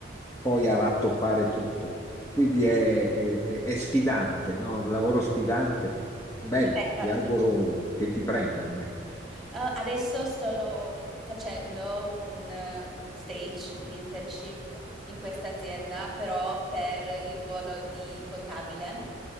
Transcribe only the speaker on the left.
poi a rattoppare tutto. Quindi è, è- è- è sfidante, no? Un lavoro sfidante, bello,
ti auguro che ti prendano. eh.